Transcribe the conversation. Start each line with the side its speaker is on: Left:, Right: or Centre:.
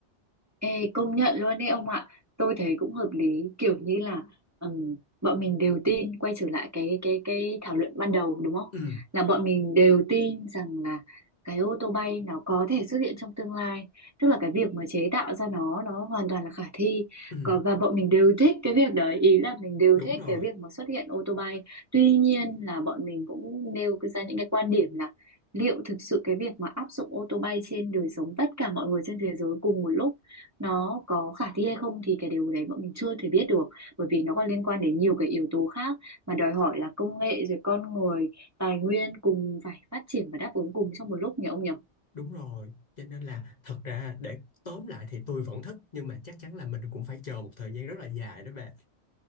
Right: Ê, công nhận luôn đấy ông ạ tôi thấy cũng hợp lý kiểu như là ừm, bọn mình đều tin quay trở lại cái cái cái thảo luận ban đầu đúng không
Left: ừ
Right: là bọn mình đều tin rằng là cái ô tô bay nó có thể xuất hiện trong tương lai tức là cái việc mà chế tạo ra nó nó hoàn toàn là khả thi
Left: ừ
Right: còn và bọn mình đều thích cái việc đấy ý là mình đều
Left: đúng
Right: thích
Left: rồi
Right: cái việc mà xuất hiện ô tô bay tuy nhiên là bọn mình cũng nêu ra những cái quan điểm là liệu thực sự cái việc mà áp dụng ô tô bay trên đời sống tất cả mọi người trên thế giới cùng một lúc nó có khả thi hay không thì cái điều đấy bọn mình chưa thể biết được bởi vì nó còn liên quan đến nhiều cái yếu tố khác mà đòi hỏi là công nghệ rồi con người tài nguyên cùng phải phát triển và đáp ứng cùng trong một lúc nhỉ ông nhỉ
Left: Đúng rồi, cho nên là thật ra để tóm lại thì tôi vẫn thích nhưng mà chắc chắn là mình cũng phải chờ một thời gian rất là dài đó bạn.